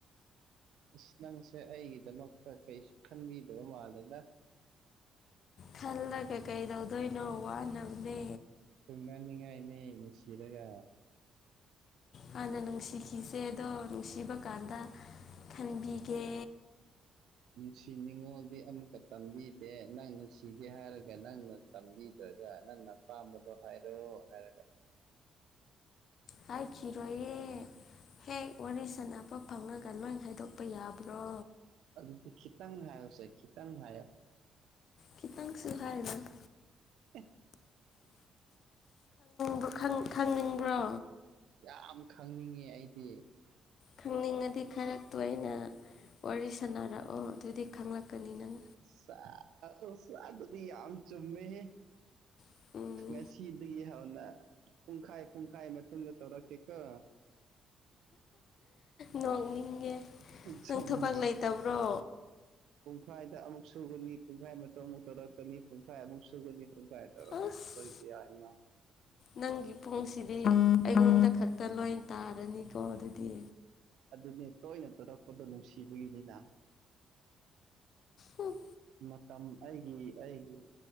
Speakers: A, on the right; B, on the left.
A: ꯑꯁ ꯅꯪꯁꯦ ꯑꯩꯒꯤꯗꯃꯛꯇ ꯀꯩꯁꯨ ꯈꯟꯕꯤꯗꯕ ꯃꯥꯜꯂꯦꯗ꯫
B: ꯈꯜꯂꯒ ꯀꯩ ꯇꯧꯗꯣꯏꯅꯣ ꯋꯥꯅꯕꯅꯦ꯫
A: ꯊꯨꯡꯅꯅꯤꯡꯉꯥꯏꯅꯦ ꯅꯨꯡꯁꯤꯔꯒ꯫
B: ꯍꯥꯟꯅ ꯅꯨꯡꯁꯤꯈꯤꯁꯦꯗꯣ ꯅꯨꯡꯁꯤꯕ ꯀꯥꯟꯗ ꯈꯟꯕꯤꯒꯦ꯫
A: ꯅꯨꯡꯁꯤꯅꯤꯡꯉꯣꯗꯤ ꯑꯃꯨꯀ ꯇꯝꯕꯤꯗꯦ ꯅꯪ ꯅꯨꯡꯁꯤꯒꯦ ꯍꯥꯏꯔꯒ ꯅꯪꯅ ꯇꯝꯕꯤꯗ꯭ꯔꯒ ꯅꯪꯅ ꯑꯄꯥꯝꯕꯗꯣ ꯍꯥꯏꯔꯣ ꯍꯥꯏꯔꯒ
B: ꯍꯥꯏꯈꯤꯔꯣꯏꯌꯦ ꯍꯦꯛ ꯋꯥꯔꯤ ꯁꯅ ꯄ ꯄꯣꯠ ꯐꯪꯉꯒ ꯅꯣꯏ ꯍꯥꯏꯗꯣꯛꯄ ꯌꯥꯕ꯭ꯔꯣ꯫
A: ꯑꯗꯨꯗꯤ ꯈꯤꯇꯪ ꯍꯥꯏꯣꯁꯦ ꯈꯤꯇꯪ ꯍꯥꯏꯣ꯫
B: ꯈꯤꯇꯪꯁꯨ ꯍꯥꯏꯔꯣꯏ ꯫
A: ꯑꯦ
B: ꯕ ꯈꯪ ꯈꯪꯅꯤꯡꯕ꯭ꯔꯣ
A: ꯌꯥꯝ ꯈꯪꯅꯤꯡꯉ ꯑꯩꯗꯤ
B: ꯈꯪꯅꯤꯡꯉꯗꯤ ꯈꯔ ꯇꯣꯏꯅ ꯋꯥꯔꯤ ꯁꯥꯟꯅꯔꯛꯑꯣ ꯑꯗꯨꯗꯤ ꯈꯪꯂꯛꯀꯅꯤ ꯅꯪ
A: ꯁꯥ ꯁꯥ ꯑꯗꯨꯗꯤ ꯌꯥꯝ ꯆꯨꯝꯃꯦꯍꯦ
B: ꯎꯝ
A: ꯉꯁꯤꯗꯒꯤ ꯍꯧꯅ ꯄꯨꯡꯈꯥꯏ ꯄꯨꯡꯈꯥꯏ ꯃꯇꯨꯡꯗ ꯇꯧꯔꯛꯀꯦꯀꯣ
B: ꯅꯣꯛꯅꯤꯡꯒꯦ
A: ꯆꯨꯝꯗ꯭ꯔꯣ
B: ꯅꯪ ꯊꯕꯛ ꯂꯩꯇꯕ꯭ꯔꯣ
A: ꯄꯨꯡꯈꯥꯏꯗ ꯑꯃꯨꯛ ꯁꯨꯒꯅꯤ ꯄꯨꯡꯈꯥꯏ ꯃꯇꯨꯡ ꯑꯃꯨꯛ ꯇꯧꯔꯛꯀꯅꯤ ꯄꯨꯡꯈꯥꯏꯃꯨꯛ ꯁꯨꯒꯅꯤ ꯄꯨꯡꯈꯥꯏ ꯇꯧꯔꯛ
B: ꯑꯁ
A: ꯇꯧꯔꯤꯁꯦ ꯌꯥꯏꯅ
B: ꯅꯪꯒꯤ ꯄꯨꯡꯁꯤꯗꯤ ꯑꯩꯉꯣꯟꯗ ꯈꯛꯇ ꯂꯣꯏ ꯇꯥꯔꯅꯤꯀꯣ ꯑꯗꯨꯗꯤ
A: ꯑꯗꯨꯅꯦ ꯇꯣꯏꯅ ꯇꯨꯔꯛꯄꯗꯣ ꯅꯨꯡꯁꯤꯕꯒꯤꯅꯤꯅ
B: ꯍꯨꯝ
A: ꯃꯇꯝ ꯑꯩꯒꯤ ꯑꯩꯒꯤ